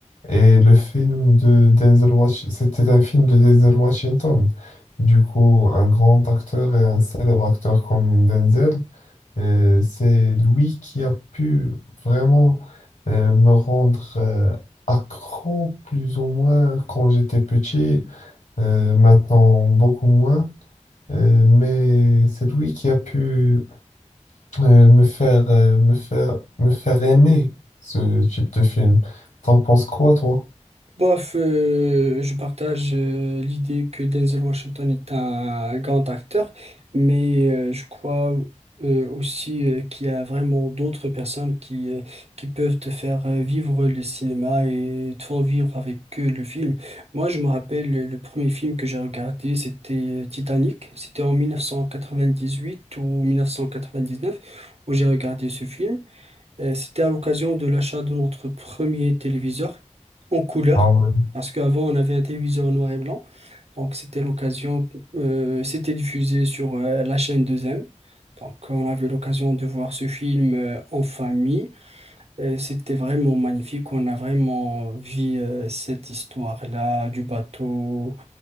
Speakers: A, on the left; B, on the right.
A: et le film de Denzel Washington, c'était un film de Denzel Washington. Du coup, un grand acteur et un célèbre acteur comme Denzel, euh, c'est lui qui a pu vraiment euh, me rendre euh, accro plus ou moins quand j'étais petit, euh, maintenant beaucoup moins. Euh, mais c'est lui qui a pu euh, me faire, euh, me faire, me faire aimer ce type de film. T'en penses quoi, toi?
B: Bof, euh, je partage euh, l'idée que Denzel Washington est un grand acteur, mais euh, je crois euh, aussi euh, qu'il y a vraiment d'autres personnes qui, euh, qui peuvent te faire euh, vivre le cinéma et te font vivre avec eux le film. Moi, je me rappelle le, le premier film que j'ai regardé, c'était euh, Titanic. C'était en 1998 ou 1999, où j'ai regardé ce film. Euh, C'était à l'occasion de l'achat de notre premier téléviseur en couleur,
A: Ah ouais.
B: parce qu'avant on avait un téléviseur noir et blanc. Donc c'était l'occasion, euh, c'était diffusé sur euh, la chaîne deux m Donc on avait l'occasion de voir ce film euh, en famille. Euh, c'était vraiment magnifique. On a vraiment vu euh, cette histoire-là du bateau